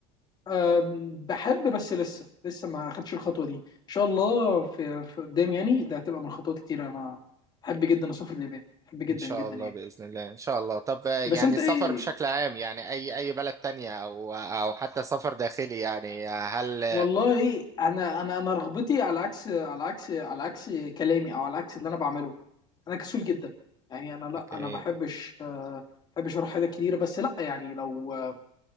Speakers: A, on the left; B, on the right.
A: أم، بحب بس لسه لسه ما خدتش الخطوه دي ان شاء الله في, في قدام يعني ده هتبقى من خطوات كتير انا بحب جدا اسافر اليابان بحب جدا
B: إن شاء
A: جدا
B: الله
A: يعني
B: بإذن الله إن شاء الله طب يعني
A: بس انت
B: السفر
A: ايه
B: بشكل عام يعني أي أي بلد تانية أو أو حتى سفر داخلي يعني هل
A: والله انا انا انا رغبتي على عكس على عكس على عكس كلامي او على عكس اللي انا بعمله انا كسول جدا يعني انا لا
B: أوكي
A: انا بحبش آه، بحبش اروح حاجات كتيره بس لا يعني لو